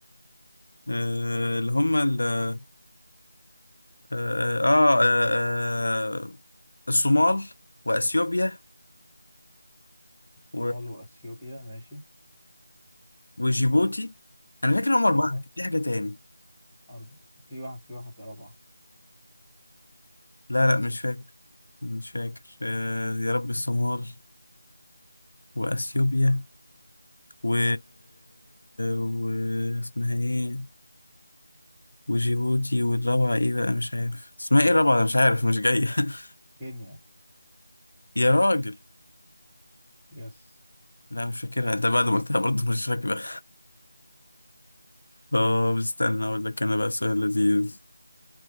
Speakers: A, on the left; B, in the centre.
A: آه اللي هم ال آه, آه, آه, آه آه، الصومال واثيوبيا و-
B: صومال وأثيوبيا ماشي
A: وجيبوتي انا فاكر هم
B: أيوه
A: اربعه كان في حاجه تاني
B: أرب... في واحد في واحد رابعة
A: لا لا مش فاكر مش فاكر آه يا رب الصومال واثيوبيا و... و اسمها ايه وجيبوتي والرابعه ايه بقى مش عارف اسمها ايه الرابعه مش عارف مش جايه <laughs>
B: كينيا
A: يا راجل
B: يس
A: لا مش فاكرها انت بعد ما قلتها برضه مش فاكرة طب استنى اقول لك انا بقى سؤال لذيذ